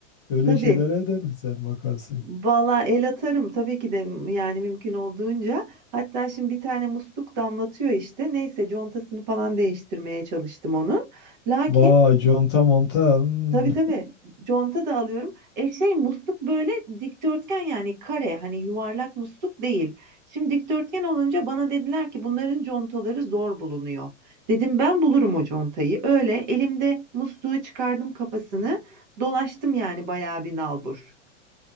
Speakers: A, on the left (about 25°); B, on the right (about 35°).
A: öyle
B: tabii
A: şeylere de mi sen bakarsın?
B: valla el atarım tabii ki de yani mümkün olduğunca hatta şimdi bir tane musluk damlatıyor işte neyse contasını falan değiştirmeye çalıştım onun lakin
A: Vay, conta monta. hmm.
B: Tabii tabii. Conta da alıyorum. E şey musluk böyle dikdörtgen yani kare hani yuvarlak musluk değil. Şimdi dikdörtgen olunca bana dediler ki bunların contaları zor bulunuyor. Dedim ben bulurum o contayı. Öyle elimde musluğu çıkardım kafasını. Dolaştım yani bayağı bir nalbur.